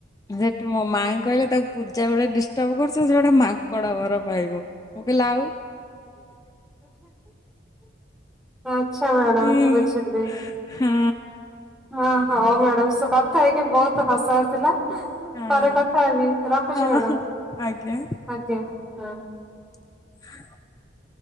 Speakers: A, on the left; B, in the centre.
A: ସେଠୁ ମୋ ମାଇଁ କହିଲେ ତାକୁ ପୂଜା ବେଳେ ଡିଷ୍ଟବ୍ କରୁଛ ସେ ଗୋଟେ ମାଙ୍କଡ଼ ବର ପାଇବ। ମୁଁ କହିଲି ଆଉ
B: ଆଛା ମ୍ୟାଡାମ୍
A: ହୁଁ।
B: ବୁଝିଲି।
A: ହଁ
B: ହଁ ହଁ ମ୍ୟାଡାମ୍ ସେ କଥା ହେଇକି ବୋହୁତ ହସ ଆସିଲା।
A: ହଁ
B: ପରେ କଥା ହେବି ରଖୁଚି
A: ହଁ
B: ମ୍ୟାଡାାମ
A: ଆଜ୍ଞା।
B: ଆଜ୍ଞା ହଁ।
A: <inaudible>